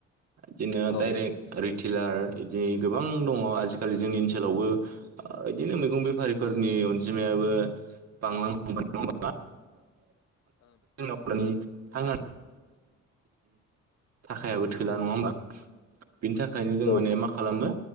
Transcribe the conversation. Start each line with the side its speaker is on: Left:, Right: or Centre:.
Right: बिदिनो
Left: औ ओं
Right: डाइरेक्ट रिटेलार बिदि गोबां दङ आजिखालि जोंनि ओनसोलावबो बिदिनो मैगं बेफारिफोरनि अनजिमायाबो बांलांनो हमबाय नङा होनबा <unintelligible> थोला नङा होनबा बिनि थाखायनो जों
Left: औ
Right: माने मा खालामो